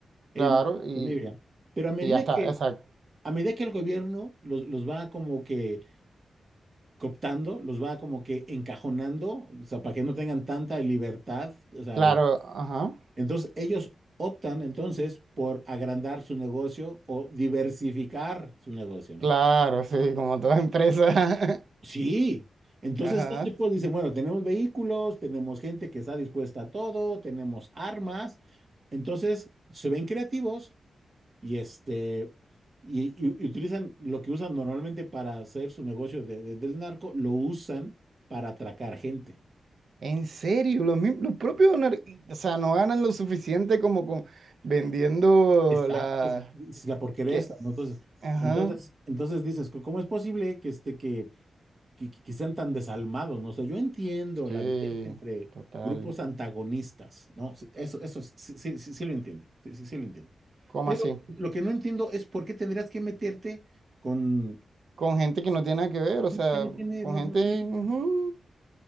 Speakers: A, on the right; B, on the right.
A: ellos
B: claro.
A: no
B: Y,
A: conmigo ya. Pero a medida
B: y ya está,
A: que,
B: exacto.
A: a medida que el gobierno los, los va como que cooptando, los va como que encajonando, o sea, para que no tengan tanta libertad, o sea,
B: Claro,
A: los...
B: ajá.
A: entonces ellos optan entonces por agrandar su negocio o diversificar su negocio, ¿no?
B: Claro, sí, como toda empresa.
A: Sí. Entonces
B: <laughs> Ajá,
A: estos tipos dicen, bueno, tenemos vehículos, tenemos gente que está dispuesta a todo, tenemos armas, entonces se ven creativos y este y, y- y utilizan lo que usan normalmente para hacer su negocio de- de- del narco, lo usan para atracar gente.
B: En serio, los, mim- los propios, anar- o sea, no ganan lo suficiente como con vendiendo
A: Exacto,
B: la...
A: es la porquería
B: ¿Qué?
A: esta, ¿no? Entonces,
B: Ajá.
A: entonces, entonces dices, "Co- ¿cómo es posible que, este, que, que, que sean tan desalmados? ¿no? O sea, yo entiendo
B: Sí,
A: la violencia entre
B: total.
A: grupos antagonistas, ¿no? Sí, Eso, eso sí, sí, sí, sí lo entiendo, sí, sí, sí lo entiendo.
B: ¿Cómo
A: Pero
B: así?
A: lo que no entiendo es por qué tendrías que meterte con...
B: Con gente que no tiene nada que ver, o sea,
A: que No tiene,
B: con
A: no,
B: gente...
A: no tiene que...
B: ujú.
A: ver.